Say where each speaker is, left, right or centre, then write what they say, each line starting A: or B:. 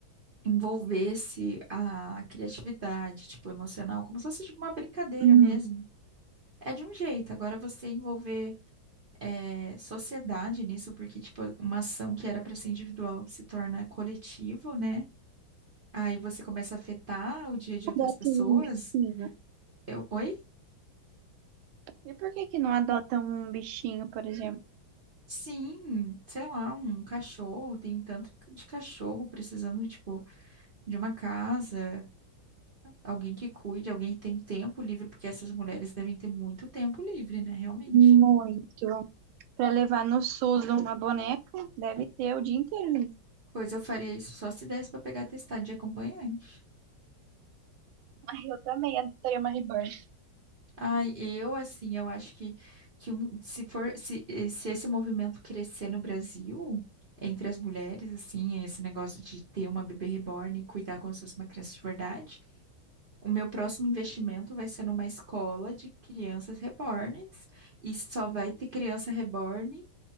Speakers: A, on the right; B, on the right.
A: envolvesse a criatividade, tipo, emocional, como se fosse tipo, uma brincadeira
B: Uhum.
A: mesmo. É de um jeito. Agora você envolver eh, sociedade nisso, porque, tipo, uma ação que era para ser individual se torna coletivo, né? Aí você começa a afetar o dia de outras
B: Adotam
A: pessoas.
B: um bichinho.
A: Eu, oi?
B: E por que que não adotam um bichinho, por exemplo?
A: Sim, sei lá, um cachorro, tem tanto c- de cachorro precisando, tipo, de uma casa, alguém que cuide, alguém que tem tempo livre, porque essas mulheres devem ter muito tempo livre, né, realmente.
B: Muito. para levar no SUS uma boneca, deve ter o dia inteiro ali.
A: Pois eu faria isso só se desse pra pegar atestado de acompanhante.
B: Ai, eu também adoraria uma Reborn.
A: Ai, eu assim, eu acho que, que um- se for se, eh, se esse movimento crescer no Brasil entre as mulheres, assim, esse negócio de ter uma bebê reborn e cuidar como se fosse uma criança de verdade, o meu próximo investimento vai ser numa escola de crianças rebornes e só vai ter criança reborn